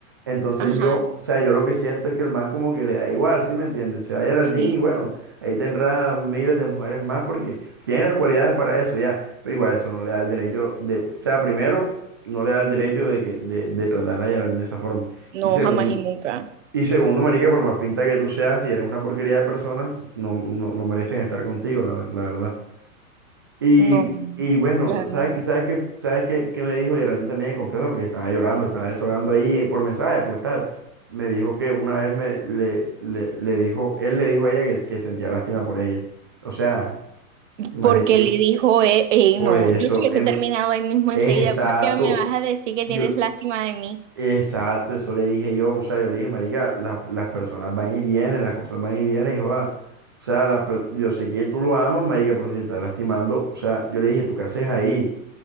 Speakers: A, on the right; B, on the right.
A: Entonces
B: Ajá,
A: yo, o sea, yo lo que siento es que el man como que le da igual, ¿sí me entiendes? Se va a Geraldine
B: sí.
A: y bueno, ahí tendrá miles de mujeres más porque tiene las cualidades para eso ya, pero igual eso no le da el derecho de, o sea, primero no le da el derecho de, que, de, de tratar a Geraldine de esa forma.
B: No,
A: Y segundo,
B: jamás y nunca.
A: y segundo, marica, por más pinta que tú seas, si eres una porquería de persona, no, no, no merecen estar contigo, la, la verdad. Y,
B: No,
A: y bueno,
B: la gran-
A: ¿sabes qué, sabes qué, sabes qué, qué me dijo Geraldine también de confianza? Porque estaba llorando, estaba deshogando ahí eh, por mensaje, pues tal. Me dijo que una vez me, le, le, le dijo, él le dijo a ella que, que sentía lástima por ella. O sea, imagínate,
B: porque le dijo, eh, ey,
A: por
B: no,
A: eso,
B: yo le hubiese
A: em-
B: terminado ahí mismo enseguida.
A: exacto.
B: ¿Cómo es que me vas a decir que tienes
A: Yo,
B: lástima de mí?
A: Exacto, eso le dije yo, o sea, yo le dije, marica, las, las personas van y vienen, las cosas van y vienen, hijo joda, o sea, las per- yo sé que tú lo amas, marica, pero si te estás lastimando, o sea, yo le dije, ¿tú qué haces ahí?